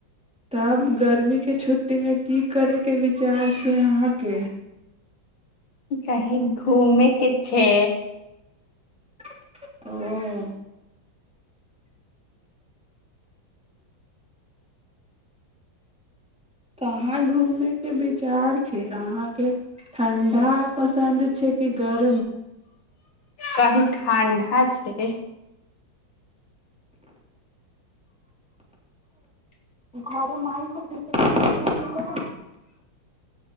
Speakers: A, in the centre; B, on the left (about 70°).
A: तब गर्मी के छुट छुटी मे की करैके विचार छै अहाँके
B: चाही घूमे के छै
A: ओ कहाँ घूमे के विचार छै अहाँके ठण्डा पसन्द छै कि गरम
B: कहि ठण्डा छै
A: घर मइ ख कर